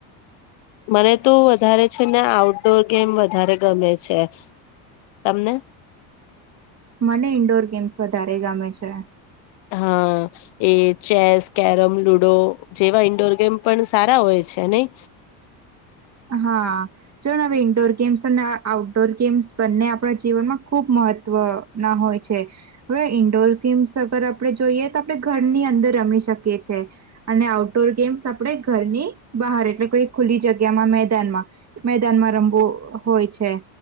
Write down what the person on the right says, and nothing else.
મને ઇન્ડોર ગેમ્સ વધારે ગમે છે.
હા, જોને હવે ઈન્ડોર ગેમ્સ અને આઉટડોર ગેમ્સ બંને આપણા જીવનમાં ખુબ મહત્વ ના હોય છે. હવે ઈન્ડોર ગેમ્સ અગર આપણે જોઈએ તો આપણે ઘરની અંદર રમી શકીએ છે. અને આઉટડોર ગેમ્સ આપણે ઘરની બહાર એટલે કોઈ ખુલ્લી જગ્યા મેદાનમાં મેદાનમાં રમવું હોય છે.